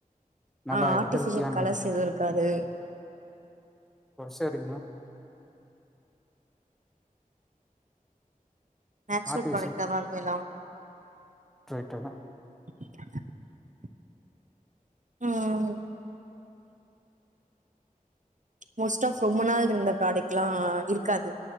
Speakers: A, in the centre; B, on the right.
A: நல்லா
B: ஆ
A: இது
B: ஆர்ட்டிபிஷியல்
A: ஹெல்த்தியானது
B: கலர்ஸ் எதுவும் இருக்காது
A: செரிங்க
B: நேட்ச்ரல்
A: ஆர்டிபிஷியல்
B: ப்ரடக்ட்டா தான் இருக்கும் எல்லாம்
A: <inaudible>
B: <inaudible> ம் மோஸ்ட் ஆப் ரொம்ப நாள் இருந்த ப்ராடக்ட் எல்லாம் இருக்காது